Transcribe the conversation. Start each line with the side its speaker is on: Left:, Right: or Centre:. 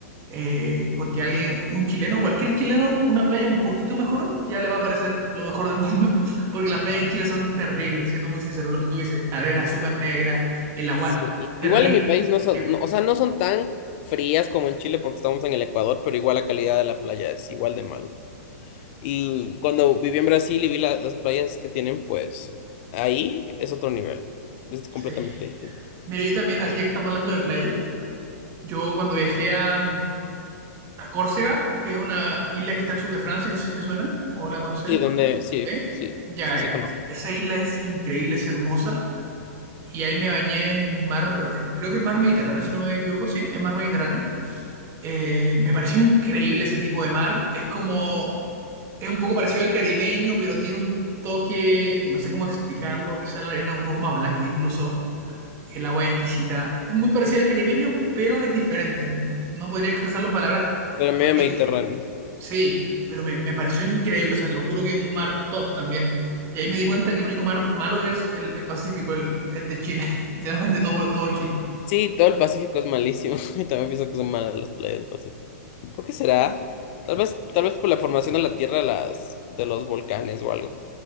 Right: eh, porque alguien, un chileno, cualquier chileno, una playa un poquito mejor, ya le va a parecer lo mejor del mundo. <laughs> Porque las playas en Chile son terribles, siendo muy sincero, lo que tú dices, la arena súper negra, el agua
Left: Sí. i-
Right: terrible.
Left: Igual en mi país no son,
Right: ya,
Left: no- o sea, no son tan frías como en Chile porque estamos en el Ecuador, pero igual la calidad de la playa es igual de mala. Y cuando viví en Brasil y vi la- las playas que tienen, pues ahí es otro nivel. Es completamente
Right: sí.
Left: distinto.
Right: Mira, yo también, ahí ya que estamos hablando de playa, yo cuando viajé a, a Córcega, que es una isla que está al sur de Francia, no sé si te suena o la conoces,
Left: Sí, donde, sí,
Right: ¿sí?
Left: sí,
Right: Ya,
Left: sí, sí
Right: eh,
Left: conozco.
Right: esa isla es increíble, es hermosa. Y ahí me bañé en mar, en- creo que es mar Mediterráneo, si no me equivoco, sí, en mar Mediterráneo Eh, me pareció increíble ese tipo de mar. Es como, es un poco parecido al caribeño, pero tiene un toque que no sé cómo explicarlo. Quizás la arena un poco más blanca incluso. El agua es exquisita. Es muy parecido al caribeño, pero es diferente. No podría expresarlo en palabras
Left: Pero medio
Right: porque
Left: Mediterráneo.
Right: es diferente. Sí, pero me, me pareció increíble. O sea, te lo juro que un mar top también. Y ahí me di cuenta que el único mar malo es el, el Pacífico, el, el de Chile. <laughs> Literalmente todo, todo Chile.
Left: Sí, todo el Pacífico es malísimo. <laughs> Y también pienso que son malas las playas del Pacífico. ¿Por qué será? Tal vez, tal vez por la formación de la tierra las, de los volcanes o algo.